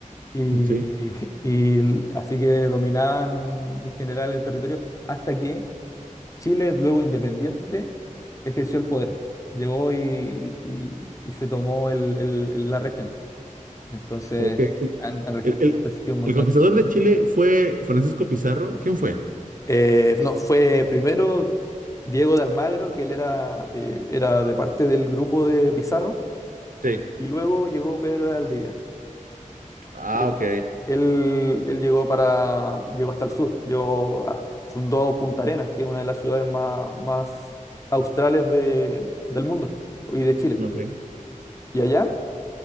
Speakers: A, on the left; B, on the right.
A: y,
B: <laughs> Sí,
A: <laughs> y l- así que dominaban en general el territorio hasta que Chile, luego independiente, ejerció el poder. Llegó y, y- y se tomó el- el- el- la región. Entonces
B: ok.
A: han, han regis-
B: El, el-
A: han resistido un montón.
B: el conquistador de Chile fue Francisco Pizarro. ¿Quién fue?
A: Eh, no, fue primero Diego de Almagro, que él era, eh, era de parte del grupo de Pizarro,
B: Sí.
A: y luego llegó Pedro de Aldivia,
B: Ah,
A: que
B: ok.
A: él, él llegó para, llegó hasta el sur, llegó a- fundó Punta Arenas, que es una de las ciudades más, más australes de- del mundo y de Chile.
B: Ok.
A: ¿Y allá?